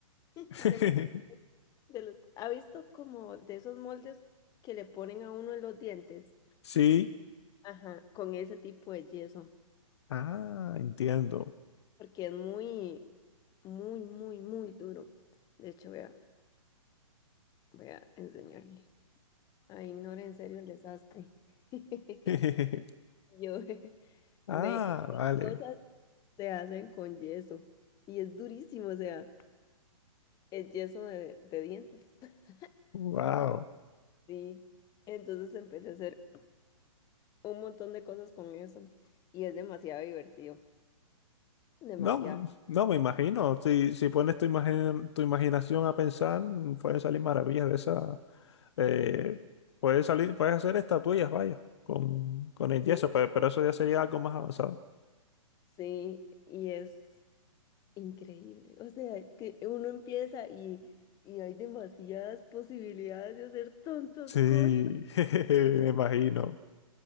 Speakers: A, on the left; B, on the left.
A: <laughs>
B: <laughs>
A: De los, de los, ¿ha visto como de esos moldes que le ponen a uno en los dientes?
B: Sí.
A: Ajá, con ese tipo de yeso,
B: Ah, entiendo.
A: porque es muy, muy, muy, muy duro. De hecho, voy a, voy a enseñarle. Ay, ignore en serio el desastre. <laughs>
B: <laughs>
A: Y Yo, <laughs>
B: Ah,
A: me, esas
B: vale.
A: cosas se hacen con yeso y es durísimo, o sea, es yeso de, de dientes. <laughs>
B: Wow.
A: Sí, entonces empecé a hacer un montón de cosas con eso y es demasiado divertido, demasiado.
B: No, no me imagino. Si, si pones tu imagen, tu imaginación a pensar, mm, pueden salir maravillas de esa. eh, puedes salir, puedes hacer estatuillas, vaya, con, con el yeso,
A: Sí,
B: pe- pero, eso ya sería algo más avanzado.
A: sí, y es increíble. O sea, es que uno empieza y, y hay demasiadas posibilidades de hacer tantas
B: Sí,
A: cosas.
B: <laughs> jejeje, me imagino.